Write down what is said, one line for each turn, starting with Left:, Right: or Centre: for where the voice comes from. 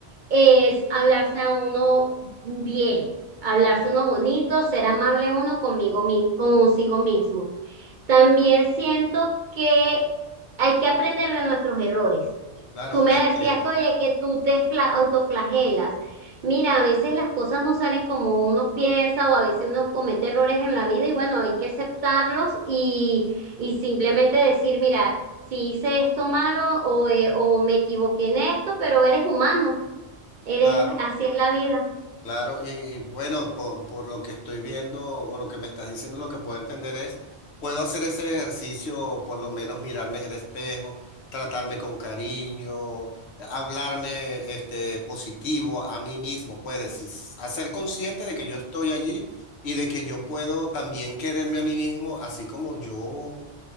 Right: es hablarse a uno bien, hablarse uno bonito, ser amable uno conmigo, mi- consigo mismo. También siento que hay que aprender de nuestros errores.
Left: Claro,
Right: Tú me
Left: este,
Right: decías que, oye,
Left: eh,
Right: que tú te fla- autoflagelas. Mira, a veces las cosas no salen como uno piensa o a veces uno comete errores en la vida y bueno, hay que aceptarlos y, y simplemente decir, mira, si hice esto malo o, eh, o me equivoqué en esto, pero eres humano, eres,
Left: claro.
Right: así es la vida.
Left: Claro, y, y bueno, por, por lo que estoy viendo o lo que me estás diciendo, lo que puedo entender es, puedo hacer ese ejercicio, por lo menos mirarme en el espejo, tratarme con cariño, hablarme este, positivo a mí mismo, puedes hacer consciente de que yo estoy allí y de que yo puedo también quererme a mí mismo, así como yo